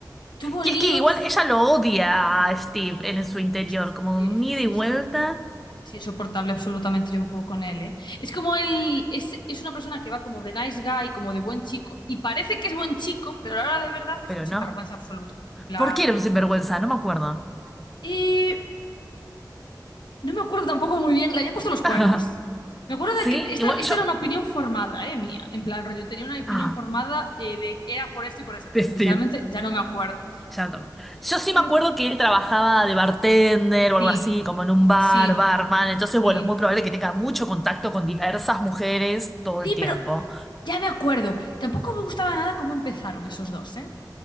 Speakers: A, on the left; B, in the centre.
A: Tuvo líos.
B: Y es que igual ella lo odia a Steve en su interior,
A: Hostia,
B: como un
A: Es
B: ida
A: que es
B: y
A: que
B: vuelta,
A: es insopor- es insoportable absolutamente, yo no puedo con él, ¿eh? Es como él, es, es una persona que va como de nice guy, como de buen chico, y parece que es buen chico, pero ahora de verdad es
B: pero
A: un sinvergüenza
B: no.
A: absoluto. En plan,
B: ¿Por qué era un sinvergüenza? No me acuerdo.
A: Y no me acuerdo tampoco muy bien, le había puesto los cuernos.
B: <laughs>
A: Me acuerdo
B: Sí,
A: de que esta,
B: igual
A: esta
B: yo...
A: era una opinión formada, eh, mía. En plan, rollo, tenía una opinión
B: Ah,
A: formada eh, de era por esto y por esto,
B: de
A: pero
B: Steve.
A: sinceramente ya no me acuerdo.
B: Ya no. Yo sí
A: Pero
B: me acuerdo que él trabajaba de bartender
A: sí,
B: o algo así, como en un bar,
A: sí,
B: barman. Entonces,
A: sí.
B: bueno, es muy probable que tenga mucho contacto con diversas mujeres todo
A: Sí,
B: el tiempo.
A: pero ya me acuerdo. Tampoco me gustaba nada cómo empezaron esos dos, ¿eh?